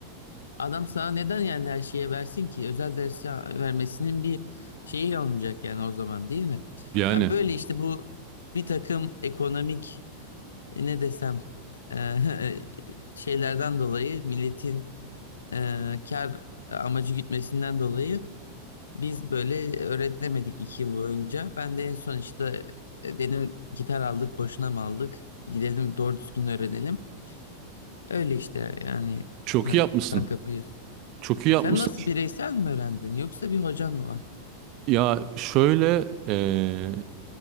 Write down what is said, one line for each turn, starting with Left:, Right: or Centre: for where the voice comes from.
Left: Adam sana neden yani her şeye versin ki? Özel dersi vermesinin bir şeyi alınacak yani o zaman değil mi?
Right: Yani
Left: Yani böyle işte bu bir takım ekonomik e, ne desem e, <laughs> şeylerden dolayı milletin e, kar amacı gütmesinden dolayı biz böyle öğrenemedik iki yıl boyunca. Ben de en son işte e, dedim gitar aldık boşuna mı aldık? Gidelim doğru düzgün öğrenelim. Öyle işte yani
Right: çok
Left: kan-
Right: iyi yapmışsın.
Left: kanka biliyorsun.
Right: Çok iyi yapmışsın.
Left: Sen nasıl bireysel mi öğrendin yoksa bir hocan mı var?
Right: Ya şöyle eee,